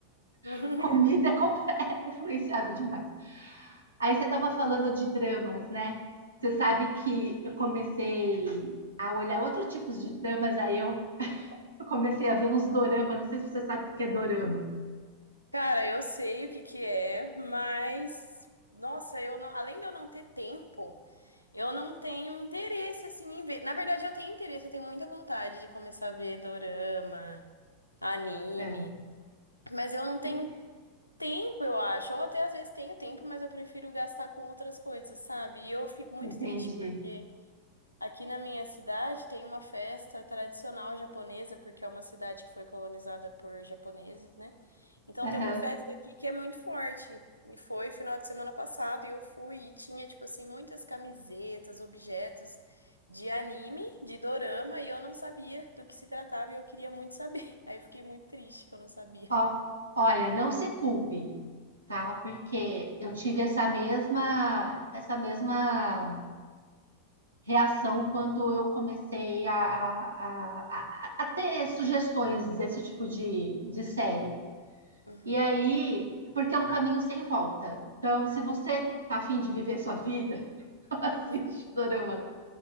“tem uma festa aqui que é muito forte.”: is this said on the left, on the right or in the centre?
Left